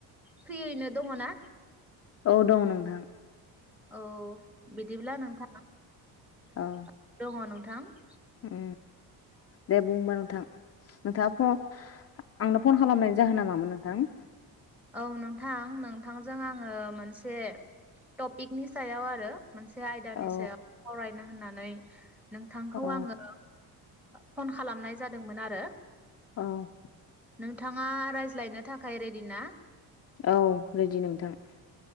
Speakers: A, in the centre; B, on the left.
A: फ्रियैनो दङ ना?
B: औ दं नोंथां ।
A: औ । बिदिब्ला नोंथाङा <inaudible>
B: औ
A: दङ नों थां ।
B: उम दे बुंबा नोंथां नोंथाङा फ आंनो फन खालामनायनि जाहोनआ मामोन नोंथां?
A: औ नोंथां नोंथांजों आङो मोनसे टपिकनि सायाव आरो मोनसे आयदानि
B: औ
A: सायाव सावरायनो होनना नै नोंथांखौ
B: औ
A: आङो फन खालामनाय जादोंमोन आरो ।
B: औ ।
A: नोंथाङा रायज्लायनो थाखाय रेडि ना?
B: औ रेडि नोंथां ।